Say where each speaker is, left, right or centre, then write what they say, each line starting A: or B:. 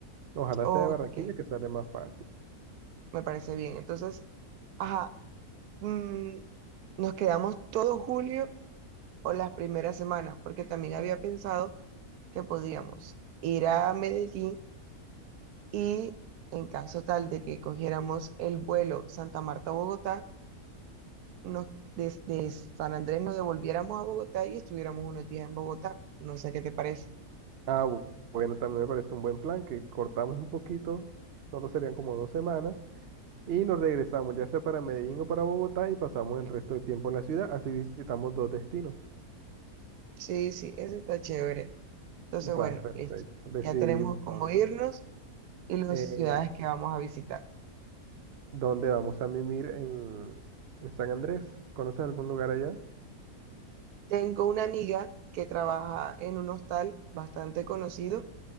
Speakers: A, on the right; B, on the right.
A: Ojalá
B: Ok,
A: sea de Barranquilla que sale más fácil.
B: me parece bien. Entonces, ajá, mm, nos quedamos todo julio o las primeras semanas, porque también había pensado que podíamos ir a Medellín Y en caso tal de que cogiéramos el vuelo Santa Marta-Bogotá, nos, desde San Andrés nos devolviéramos a Bogotá y estuviéramos unos días en Bogotá. No sé qué te parece.
A: Ah, bu- bueno, también me parece un buen plan, que cortamos un poquito, solo serían como dos semanas Y nos regresamos, ya sea para Medellín o para Bogotá, y pasamos el resto del tiempo en la ciudad. Así visitamos dos destinos.
B: Sí, sí, eso está chévere. Entonces,
A: Va,
B: bueno,
A: perfecto.
B: listo.
A: Decidido
B: Ya tenemos
A: entonces.
B: cómo irnos y las
A: Eh,
B: ciudades que vamos a visitar.
A: ¿dónde vamos a mimir en, en San Andrés? ¿Conoces algún lugar allá?
B: Tengo una amiga que trabaja en un hostal bastante conocido.